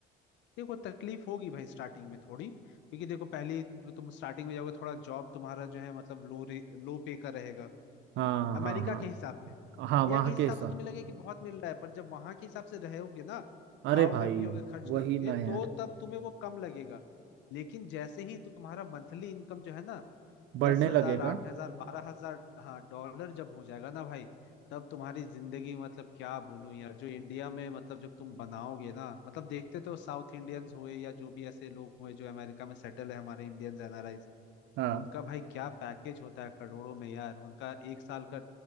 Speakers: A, on the left; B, on the right.
A: देखो तकलीफ होगी भाई स्टार्टिंग में थोड़ी क्योंकि देखो पहले तो तुम स्टार्टिंग में जाओगे थोड़ा जॉब तुम्हारा जो है मतलब लो रे लो पे का रहेगा
B: हाँ
A: अमेरिका
B: हाँ हाँ
A: के हिसाब से
B: हाँ
A: इंडिया
B: वहाँ
A: के हिसाब
B: कैसा
A: से तुम्हें लगे कि बहुत मिल रहा है पर जब वहां के हिसाब से रहोगे ना खाओगे
B: अरे भाई
A: पियोगे खर्च
B: वही
A: करोगे
B: ना यार
A: तो तब तुम्हें वो कम लगेगा लेकिन जैसे ही तुम्हारा मंथली इनकम जो है ना दस
B: बढ़ने
A: हजार
B: लगेगा
A: आठ हजार बारह हजार हाँ डॉलर जब हो जाएगा ना भाई तब तुम्हारी जिंदगी मतलब क्या बोलूं यार जो इंडिया में मतलब जब तुम बनाओगे ना मतलब देखते तो साउथ इंडियंस हुए या जो भी ऐसे लोग हुए जो अमेरिका में सेटल है हमारे इंडियंस
B: हाँ
A: उनका भाई क्या पैकेज होता है करोड़ों में यार उनका एक साल का